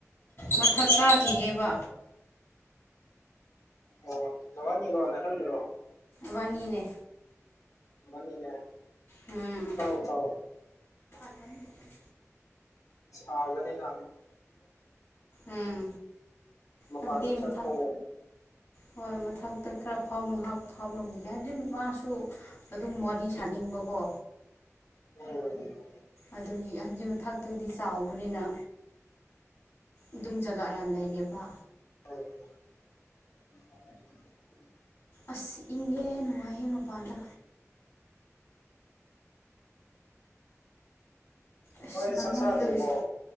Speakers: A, on the left; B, on the left.
A: ꯃꯊꯛ ꯀꯥꯈꯤꯒꯦꯕ
B: ꯑꯣ ꯅꯋꯥꯅꯤ ꯔꯣ ꯅꯊꯟꯗ꯭ꯔꯣ
A: ꯕꯥꯅꯤꯅꯦ
B: ꯏꯕꯅꯤꯅꯦ
A: ꯎꯝ
B: ꯀꯥꯎ ꯀꯥꯎ
A: <inaudible>
B: ꯁꯕꯅꯤ <unintelligible>
A: ꯎꯝ
B: ꯃꯄꯥꯟꯁꯨ
A: ꯍꯥꯏꯕꯗꯤ
B: ꯆꯠꯄ
A: ꯃꯊ
B: ꯎꯝ
A: ꯍꯣꯏ ꯃꯊꯛꯇ ꯈꯔ ꯐꯝ ꯉꯥꯏꯍꯥꯛ ꯐꯝꯅꯨ ꯍꯥꯏꯗꯤ ꯃꯥꯁꯨ ꯑꯗꯨꯝ ꯋꯥꯔꯤ ꯁꯥꯅꯤꯡꯕꯀꯣ
B: <unintelligible>
A: ꯑꯗꯨꯒꯤ ꯍꯥꯏꯕꯗꯤ ꯃꯊꯥꯛꯛꯇꯗꯤ ꯆꯥꯎꯕꯅꯤꯅ ꯑꯗꯨꯝ ꯖꯒꯥ ꯌꯥꯝ ꯂꯩꯌꯦꯕ
B: <inaudible>
A: ꯑꯁ ꯏꯡꯉꯦ ꯅꯨꯉꯥꯏꯌꯦ ꯃꯄꯥꯟꯗ ꯑꯁ
B: ꯅꯣꯏꯗꯤ
A: ꯃꯅꯨꯡꯗꯒꯤꯁꯦ
B: ꯆꯥꯛ ꯆꯥꯗ꯭ꯔꯤꯕꯣ